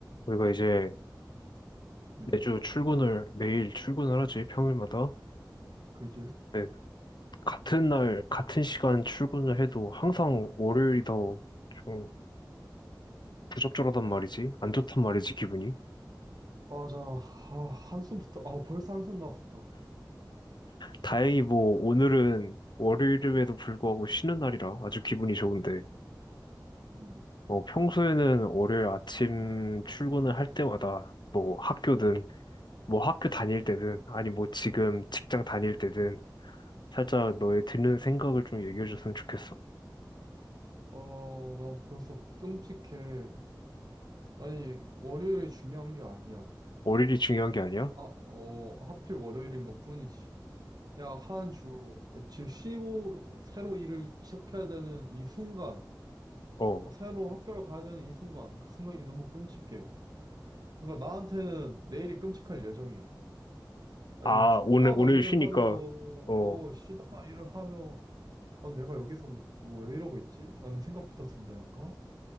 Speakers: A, on the left (about 70°); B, on the right (about 55°).
A: 우리가 이제
B: 음,
A: 매주 출근을, 매일 출근을 하지, 평일마다.
B: 그지?
A: 네, 같은 날, 같은 시간 출근을 해도 항상 월요일이 더 좀 부적절하단 말이지. 안 좋단 말이지, 기분이.
B: 맞아. 아, 한숨부터, 아, 벌써 한숨 나왔다.
A: 다행히 뭐, 오늘은 월요일임에도 불구하고 쉬는 날이라 아주 기분이 좋은데,
B: 음, 음,
A: 뭐, 평소에는 월요일 아침 출근을 할 때마다 뭐, 학교든, 뭐, 학교 다닐 때든, 아니 뭐, 지금 직장 다닐 때든, 살짝 너의 드는 생각을 좀 얘기해 줬으면 좋겠어.
B: 아, 난 벌써 끔찍해. 아니, 월요일이 중요한 게 아니야.
A: 월요일이 중요한 게 아니야?
B: 아, 어, 하필 월요일인 것 뿐이지. 야, 한 주, 며칠 쉬고, 새로 일을 시작해야 되는 이 순간,
A: 어.
B: 어, 새로 학교를 가야 되는 이 순간, 그 순간이 너무 끔찍해. 그러니까 나한테는 내일이 끔찍할 예정이야. 아니,
A: 아,
B: 쉬다가
A: 오늘, 오늘
B: 일을
A: 쉬니까,
B: 하며, 어,
A: 어,
B: 쉬다가 일을 하며, 아, 내가 여기서 뭐, 왜 이러고 있지? 라는 생각부터 든다니까?